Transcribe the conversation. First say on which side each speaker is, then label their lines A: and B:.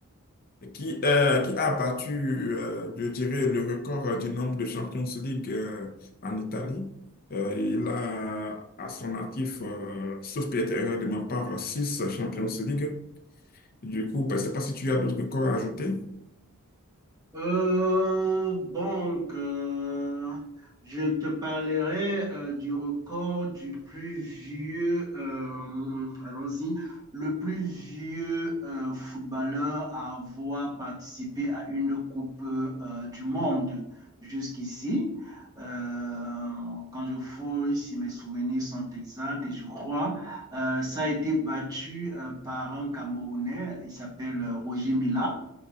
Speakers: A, on the left; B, on the right.
A: qui, euh, qui a battu, euh, je dirais, le record euh, du nombre de Champions League euh, en Italie. Euh, il a à son actif, euh, sauf peut-être erreur de ma part, 6 Champions League. Du coup, ben, je ne sais pas si tu as d'autres records à ajouter.
B: Euh, donc, euh, je te parlerai euh, du record du plus vieux, euh, allons-y, le plus vieux euh, footballeur à avoir participé à une Coupe euh, du Monde jusqu'ici. Euh, quand je fouille, si mes souvenirs sont exacts, et je crois, euh, ça a été battu euh, par un Camerounais, il s'appelle euh, Roger Mila